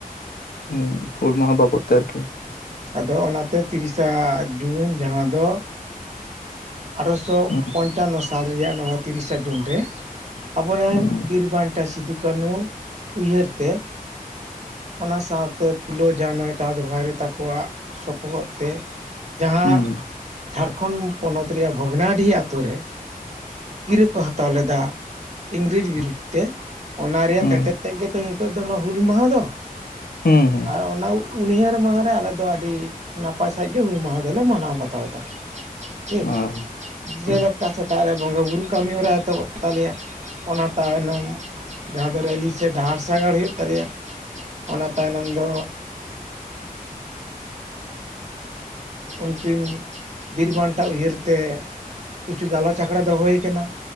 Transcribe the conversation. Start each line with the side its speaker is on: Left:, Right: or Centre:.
Left: ᱦᱩᱸ ᱦᱩᱞ ᱢᱟᱦᱟᱸ ᱵᱟᱵᱚᱫ ᱛᱮ ᱟᱨᱠᱤ ᱾
Right: ᱟᱫᱚ ᱚᱱᱟᱛᱮ ᱛᱤᱨᱤᱥᱟ ᱡᱩᱱ ᱡᱟᱦᱟᱸ ᱫᱚ ᱟᱴᱷᱨᱚᱥᱚ
Left: ᱦᱩᱸ
Right: ᱯᱚᱧᱪᱟᱱᱚ ᱥᱟᱞ ᱨᱮᱭᱟᱜ ᱱᱚᱣᱟ ᱛᱤᱨᱤᱥᱟ ᱡᱩᱱ ᱨᱮ, ᱟᱵᱚᱨᱮᱱ
Left: ᱦᱩᱸ
Right: ᱵᱤᱨ ᱵᱟᱱᱴᱟ ᱥᱤᱫᱩ ᱠᱟᱹᱱᱩ ᱩᱭᱦᱟᱹᱨ ᱛᱮ ᱚᱱᱟ ᱥᱟᱶᱛᱮ ᱯᱷᱩᱞᱳ ᱡᱷᱟᱱᱚ ᱪᱟᱸᱫᱽ ᱵᱷᱟᱭᱨᱚᱛ ᱛᱟᱠᱚᱣᱟᱜ ᱥᱚᱯᱚᱦᱚᱫ ᱛᱮ ᱡᱟᱦᱟᱸ
Left: ᱦᱩᱸ
Right: ᱡᱷᱟᱨᱠᱷᱚᱸᱱᱰ ᱯᱚᱱᱚᱛ ᱨᱮᱭᱟᱜ ᱵᱷᱚᱜᱽᱱᱟᱰᱤ ᱟᱛᱳ ᱨᱮ, ᱜᱤᱨᱟᱹ ᱠᱚ ᱦᱟᱛᱟᱣ ᱞᱮᱫᱟ ᱤᱝᱨᱮᱡᱽ ᱵᱤᱨᱩᱫᱽ ᱛᱮ ᱾ ᱚᱱᱟ ᱨᱮᱭᱟᱜ
Left: ᱦᱩᱸ
Right: ᱛᱮᱛᱮᱫ ᱛᱮᱫ ᱜᱮᱛᱚ ᱱᱤᱛᱚᱜ ᱫᱚ ᱦᱩᱞ ᱢᱟᱦᱟᱸ ᱫᱚ ᱾
Left: ᱦᱩᱸ ᱦᱩᱸ ᱾
Right: ᱟᱨ ᱚᱱᱟ ᱩᱱᱦᱟᱹᱨ ᱢᱟᱦᱟ ᱨᱮ ᱟᱞᱮ ᱫᱚ ᱟᱹᱰᱤ ᱱᱟᱯᱟᱭ ᱥᱟᱺᱦᱮᱡ ᱜᱮ ᱦᱩᱞ ᱢᱟᱦᱟ ᱫᱚᱞᱮ ᱢᱟᱱᱟᱣ ᱵᱟᱛᱟᱣ ᱫᱟ᱾ ᱴᱷᱤᱠ
Left: ᱚ ᱦᱩᱸ
Right: ᱡᱮᱞᱮᱠᱟ ᱥᱮᱛᱟᱜᱨᱮ ᱵᱚᱸᱜᱟ ᱵᱩᱨᱩ ᱠᱟᱹᱢᱤ ᱦᱚᱨᱟ ᱮᱛᱚᱵᱛᱟᱞᱮᱭᱟ ᱚᱱᱟ ᱛᱟᱭᱱᱚᱢ ᱡᱟᱦᱟᱸ ᱫᱚ ᱨᱮᱞᱤ ᱥᱮ ᱰᱟᱦᱟᱨ ᱥᱟᱜᱟᱲ ᱦᱩᱭᱩᱜ ᱛᱟᱞᱮᱭᱟ ᱚᱱᱟ ᱛᱟᱭᱱᱚᱢ ᱫᱚ
Left: <inaudible>
Right: ᱩᱱᱠᱤᱱ ᱵᱤᱨᱵᱟᱱ ᱴᱟ ᱩᱭᱦᱟᱹᱨ ᱛᱮ ᱠᱤᱪᱷᱩ ᱜᱟᱞᱚᱪ ᱟᱠᱷᱲᱟ ᱫᱚ ᱦᱩᱭ ᱠᱟᱱᱟ